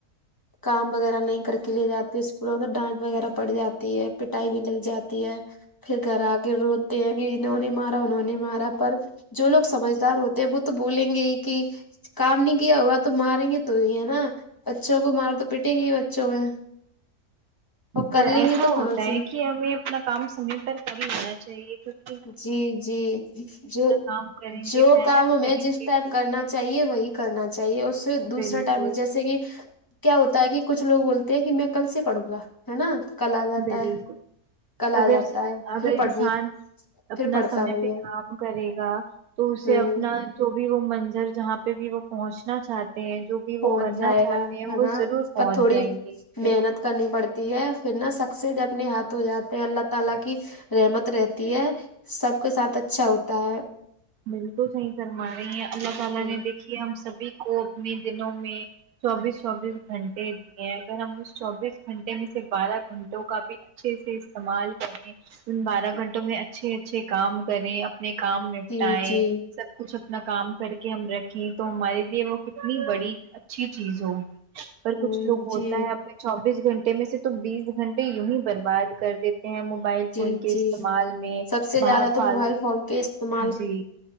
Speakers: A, on the left (about 15°); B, on the right (about 75°).
A: کام وغیرہ نہیں کر کے لے جاتے اس پ ڈانٹ وغیرہ پڑ جا تی ہے پٹائی بھی لگ جاتی ہے پھر گھر آ کے رو تے نے انہوں نے مارا انہوں نے مارا پر جو لوگ سمجھدار ہوتے ہیں وہ تو بولیں گے ہی کہ کام نہیں کیا ہوا تو ماریں گے تو ہی ہے نا بچوں کو مار تو پیٹیں گی بچوں میں وہ کر
B: پر ایسا
A: لیں گے تو کہاں
B: ہوتا ہے
A: سے
B: کہ ہمیں اپنا کام سمے پر کر لینا چاہیے کیوں کہ
A: جی جی جو
B: کام کریں
A: جو
B: گے محنت
A: کام ہمیں
B: کریں
A: جس
B: گے
A: ٹائم کرنا چاہیے وہی کرنا چاہیے اس سے دوسرا
B: بالکل
A: ٹائم جیسے کہ کیا ہوتا ہے کہ کچھ لوگ بولتے ہیں کہ میں کل سے پڑوں گا ہے نا کل آ جاتا
B: بالکل
A: ہے کل
B: اگر
A: آ جاتا ہے
B: اگر
A: پھر پڑھنی
B: انسان اپنا
A: پھر پڑھتا
B: سمے
A: نہیں
B: پہ کام کرے گا تو
A: ہے
B: اسے اپنا
A: ہ
B: جو بھی وہ منظر جہاں پہ بھی وہ پہنچنا چاہت جو بھی
A: پہنچ
B: وہ کرنا
A: جائے
B: چاہتے
A: گا
B: ہیں
A: ہے
B: وہ
A: نا
B: ضرور پہنچ
A: پر تھوڑی
B: جائیں گے چ
A: محنت کرنی پڑتی ہے پھر نا سکسیس اپنے ہاتھ ہو جاتے ہیں اللہ تعالی کی رحمت رہتی ہے سب کے ساتھ اچھا ہوتا ہے
B: بالکل صحیح فرما رہی ہیں اللہ تعالی
A: ہ
B: نے دیکھیے ہم سبھی کو اپنے دلوں میں چوبیس چوبیس گھنٹے دیے اگر ہم اس چوبیس گھنٹے میں سے بارہ گھنٹوں کا بھی اچھے سے استعمال کریں ان بارہ گھنٹوں میں اچھے اچھے کام کریں اپنے کام میں
A: جی
B: ٹائے
A: جی
B: سب کچھ اپنا کام کر کے ہم رکھیں تو ہمارے لیے وہ کتنی بڑی اچھی چیز ہوگی اور
A: ہ
B: کچھ لوگ
A: جی
B: ہوتا ہے اپنے چوبیس گھنٹے میں سے تو بیس گھنٹے یوں ہی برباد کر دیتے موبائل
A: جی
B: فون کے
A: جی
B: استعمال میں
A: سب سے
B: باہر
A: زیادہ تو
B: فالتو
A: موبائل فون کے استم
B: جی